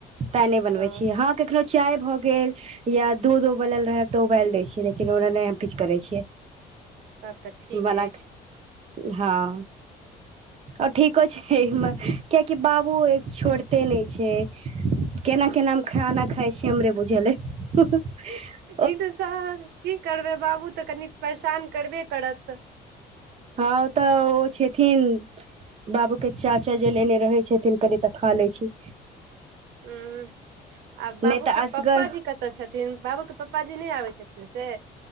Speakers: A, on the right; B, on the right.
A: ताय नहि बनबै
B: ओ
A: छी हँ कखनो चाय भऽ गेल या दूधो बनल कन्है तो उबालि दै छियै लेकिन ओना नहि हम किछु करै छियै
B: तब तऽ ठीक
A: बना
B: अछि
A: हँ ओ ठीको छै एहिमे कियाकि बाबू छोड़ते नहि छै केना केना हम खाना खाइ छी हमरे बुझल अय
B: ई त स की करबै बाबू तऽ कनि परेशान करबे करत
A: हँ ओतऽ ओ छथिन बाबू के चाचा जे लेने रहे छथिन की तऽ खा लै छी
B: ह आ
A: नहि
B: बाबू
A: तऽ
B: के
A: असगर
B: पप्पा जी कत तऽ छथिन बाबूे प्पाजी नहि आबै छथिन से